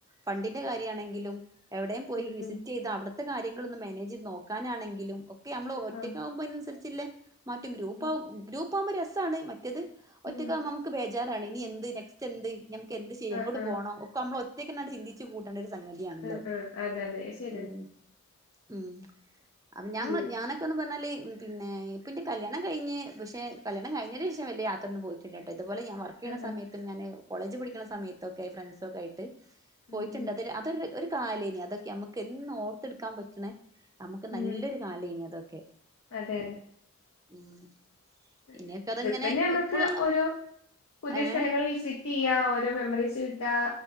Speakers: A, on the right (about 15°); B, on the left (about 70°).
A: ഫണ്ടിന്റെ കാര്യമാണെങ്കിലും എവിടെയും പോയി
B: ഉം
A: വിസിറ്റ്
B: ഉം
A: ചെയ്ത് അവിടത്തെ കാര്യങ്ങള ഒന്നും മാനേജ് നോക്കാനാണെങ്കിലും നമ്മള് ഒറ്റക്ക
B: ആഹ്
A: ആകുമ്പോ അതിനനുസരിച്ചേ മറ്റും ഗ്രൂപ്പ
B: ആഹ്
A: ആകും ഗ്രൂപ്പ് ആകുമ്പോ രസമാണ് മറ്റത് ഒറ്റക്കാ
B: ഉം
A: നമുക്ക് ബേജാറാണ് ഇനി എന്ത് നെക്സ്റ്റ് എന്ത് നമക്ക് എന്ത് ശരി
B: ആഹ്
A: എങ്ങോട്ട്
B: ആഹ്
A: പോകണം ഇപ്പ നമ്മൾ ഒറ്റയ്ക്ക് ചിന്തിച്ച് കൂട്ടേണ്ട ഒരു സംഗതിയാണല്ലോ
B: ആഹ് ആഹ് അതെ അതെ ശരിയാ
A: ഉം ഉം അപ്പൊ ഞങ്ങൾ
B: ഉം
A: അങ്ങനൊക്കെ പറഞ്ഞാ പിന്നെപ്പ പിന്നന്റെ കല്യാണം കഴിഞ്ഞ് പക്ഷെ കല്യാണം കഴിഞ്ഞതിന് ശേഷം വല്ല യാത്രൊന്ന് പോയി് ട്ട് ഇതുപോല ഞാൻ വർ
B: ആഹ്
A: ണ സമയത്തും
B: ആഹ്
A: ഞാന് കോളേജ് പഠിക്കണ സമയത്തൊക്കെ ഫ്രണ്ട്സ ഒക്കെ ആയിട്ട്
B: ഉം
A: പോയിട്ടുണ്ട്
B: ഉം
A: അത് അതൊ കാലേനി അതൊക്കെ നമുക്ക് എന്ന് ഓർത്തെടുക്കാൻ പറ്റണേ നമുക്ക് നല്ലൊരു
B: ഉം
A: അതൊക്കെ
B: അതെ
A: ഉം
B: <unintelligible>
A: ഇനിയൊക്കെ അതങ്ങനെ
B: ട്രിപ്പ് തന്നെ നമ്മുക്ക്
A: ഇപ്പളും
B: ഓരോ പുതിയ
A: ഏ
B: സ്ഥലങ്ങൾ വിസിറ്റ് ചെയ്യ ഓരോ മെമ്മറീസ് കിട്ടാ